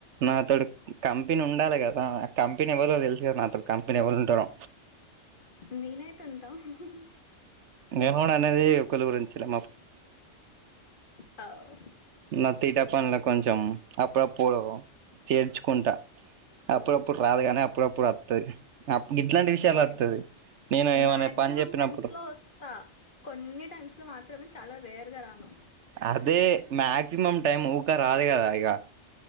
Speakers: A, on the right; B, on the left.
A: నాతోడు కంపెనీ ఉండాలి కదా ఆ కంపెనీ ఎవ్వరు తెలుసు కదా నాతో కంపెనీ ఎవరు ఉంటారో
B: నేనైతే ఉంటా హు హు.
A: నేను కూడా అనేది ఒకళ గురించి లే
B: అవు
A: నా తీట పనుల కొంచెం అప్పుడప్పుడు చేర్చుకుంటా అప్పుడప్పుడు రాదు కాని అప్పుడప్పుడు వత్తది ఇట్లాంటి విషయాలు
B: ఏ
A: వత్తది నేను ఏమైనా
B: మాక్సిమం
A: పని చెప్పినప్పుడు
B: టెన్స్ లో వస్తా కొన్ని టెన్స్ లో మాత్రమే చాలా రేర్గా రాను
A: అదే మాక్సిమం టైం ఊకా రాదు కదా ఇక